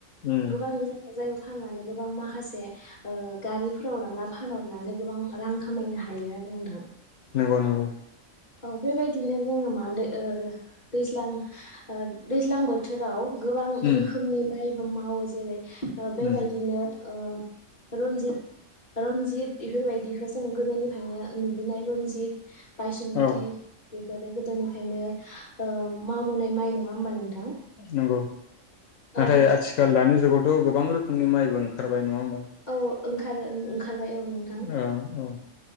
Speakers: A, on the left; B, on the left.
A: उम
B: गोबां गोजान जायगा फाननानै गोबां माखासे ओ गारिफोराव लांना फानहरनानै गोबां रां खामायनो हायो आरो जों नोंथां
A: नंगौ नंगौ
B: औ बेबायदिनो जोङो मा होनदो ओ दैज्लांओ दैज्लां बोथोराव गोबां
A: उम
B: रोखोमनि माइ मावो जेरै ओ बेबायदिनो
A: उम
B: ओ रनजित रनजित बेफोरबायदिखौ जों गोदोनिफ्रायनो नुबोनाय रनजित बायसुमत
A: औ
B: बे बेफोरो गोदोनिफ्रायनो ओ मावबोनाय माइ नङा होमबा नोंथां?
A: नंगौ नाथाय
B: औ
A: आथिखाल दानि जुगावथ' गोबां रोखनि माइबो ओंखारबाय नङा होमबा?
B: औ ओंखारो ओंखारबाय औ नोंथां
A: औ औ